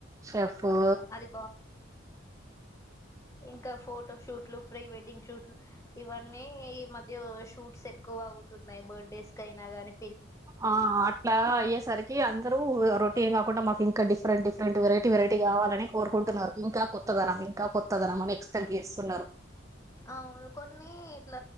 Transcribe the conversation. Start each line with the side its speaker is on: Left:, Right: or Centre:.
Right: షెఫ్ హు
Left: అవును అది ఇంక ఫోటో షూట్లు ప్రీ వెడ్డింగ్ షూట్లు ఇవన్నీ ఈ మధ్య షూట్స్ ఎక్కువ అగుతున్నాయి బర్త్డేస్కి అయిన కానీ
Right: ఆ అట్లా అయ్యేసరికి అ అందరు రొటీన్ కాకుండా మాకు ఇంకా డిఫరెంట్ డిఫరెంట్ వెరైటీ వెరైటీ కావాలని కోరుకుంటున్నారు ఇంకా కొత్తగా ఇంకా కొత్తదనం మమని ఎక్స్పెంట్ చేస్తున్నారు
Left: అవును కొన్ని ఇట్ల